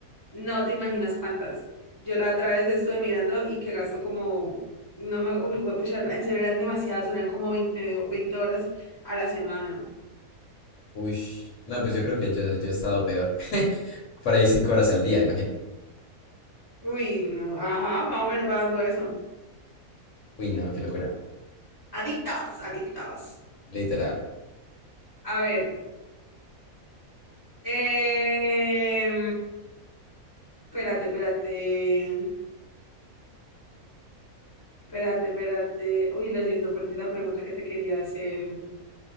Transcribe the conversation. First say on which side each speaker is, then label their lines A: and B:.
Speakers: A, on the left; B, on the left.
A: No te imaginas cuántas. Yo la otra vez estuve mirando y que gasto como, no me, uy, pucha, en serio eran demasiadas, eran como 20, o 20 horas a la semana.
B: Uy, no, pues yo creo que yo, yo he estado peor. <laughs> Por ahí cinco horas al día, imagínate.
A: Uy, no, ajá, más o menos va dando eso.
B: Uy, no, qué locura.
A: Adictos, adictos.
B: Literal.
A: A ver, em, espérate, espérate, espérate, espérate. Uy, lo siento, perdí la pregunta que te quería hacer.